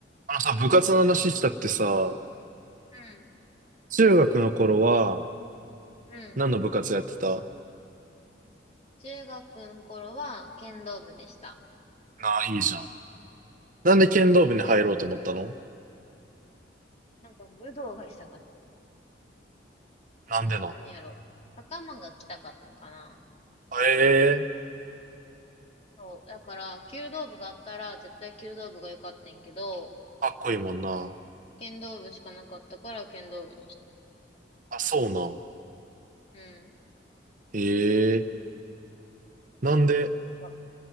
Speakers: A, on the right; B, on the left.
A: あのさ、部活の話したってさ、
B: うん。
A: 中学の頃は
B: うん。
A: 何の部活やってた
B: 中学の頃は剣道部でした。
A: なあ、いいじゃん。なんで剣道部に入ろうと思ったの
B: やろなんか武道がしたかっ
A: なんでなん
B: た。なんやろ袴が着たかったのかな
A: ええー
B: そう。だから、弓道部があったら絶対弓道部が良かったんやけど、
A: かっこいいもんな。
B: 剣道部しかなかったから剣道部にした。
A: あ、そうなん。
B: うん。
A: ええーなんで、
B: なんか、